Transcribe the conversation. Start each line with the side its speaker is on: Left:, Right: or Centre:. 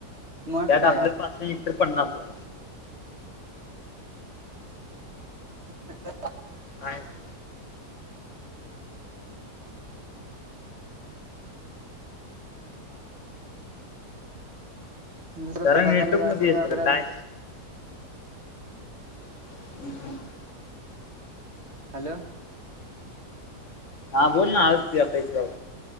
Right: मग
Left: त्यात
Right: काय
Left: आपल्या पाच इतर पन्नास ला.
Right: हॅो <inaudible>
Left: ह <inaudible>
Right: दुसरं
Left: जरा
Right: काय
Left: नेटवर्कमध्ये
Right: बघायला जायच,
Left: ये सर
Right: फीरा
Left: काय <inaudible>
Right: हॅलो.
Left: हा बोल ना, आवाज येतो